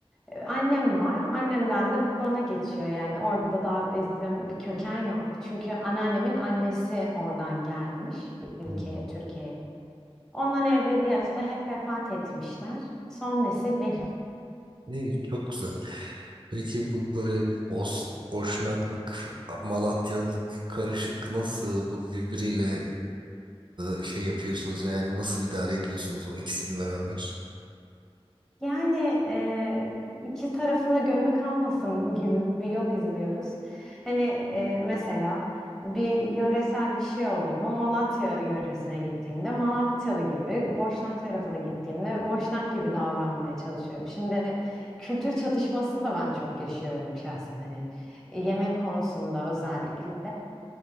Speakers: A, in the centre; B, on the right.
A: Ee, Annem var. Annemden de bana geçiyor yani. Orada da bizim bir köken yok. Çünkü anneannemin annesi oradan gelmiş ülkeye,
B: Hmm.
A: Türkiye'ye. Ondan evveliyatı da hep vefat etmişler. Son nesil benim.
B: İyi, çok güzel. Peki bu böyle Bos Boşnaklık, Malatyalılık karışık nasıl bu birbiriyle e, şey yapıyorsunuz yani nasıl idare ediyorsunuz o ikisini beraber?
A: Yani e, iki tarafında gönlü kalmasın gibi bir yol izliyoruz. Hani e, mesela bir yöresel bir şey oldu mu Malatya yöresine gittiğimde Malatyalı gibi, Boşnak tarafına gittiğimde Boşnak gibi davranmaya çalışıyorum. Şimdi kültür çatışması da ben çok yaşıyorum şahsen hani yemek konusunda özellikle.